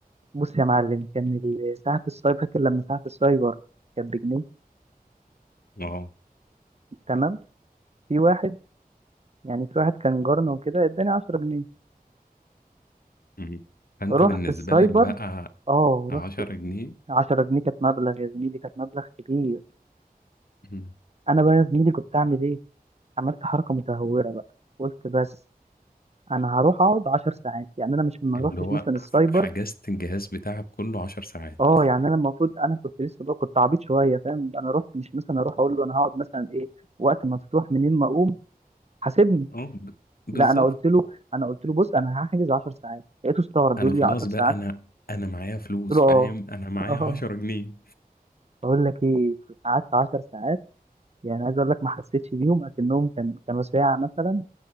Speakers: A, on the right; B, on the left.
A: بص يا معلم كان ال- ساعه السايبر فاكر لما ساعه السايبر كانت بجنيه
B: اه
A: تمام في واحد يعني في واحد كان جارنا وكده اداني 10 جنيه
B: مم. فانت
A: رحت
B: بالنسبة
A: السايبر
B: لك بقى
A: اه
B: عشرة
A: رحت
B: جنيه
A: 10 جنيه كانت مبلغ يا زميلي كانت مبلغ كبير
B: مم.
A: انا بقى يا زميلي كنت اعمل ايه عملت حركه متهوره بقى قلت بس انا هروح اقعد 10 ساعات يعني انا مش ما
B: اللي
A: روحتش
B: هو
A: مثلا السايبر
B: حجزت الجهاز بتاعك كله عشر ساعات
A: اه يعني انا المفروض انا كنت لسه بقى كنت عبيط شويه فاهم انا رحت مش مثلا اروح اقول له انا هقعد مثلا ايه وقت ما تفتوح منين ما اقوم حاسبني
B: اه ب- بالظبط
A: لا انا قلت له انا قلت له بص انا هحجز 10 ساعات لقيته استغرب بيقول
B: انا خلاص
A: لي 10
B: بقى
A: ساعات
B: انا انا معايا فلوس
A: قلت له
B: فاهم
A: اه
B: انا معايا
A: <laughs>
B: عشرة
A: اه
B: جنيه
A: بقول لك ايه قعدت 10 ساعات يعني عايز اقول لك ما حسيتش بيهم اكنهم كان كانوا ساعه مثلا